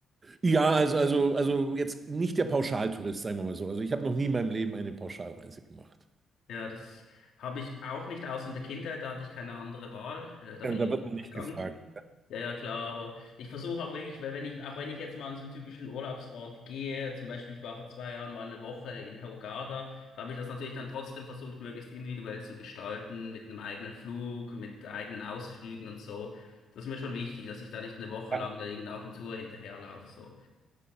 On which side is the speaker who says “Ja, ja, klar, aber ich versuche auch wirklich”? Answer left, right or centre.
Left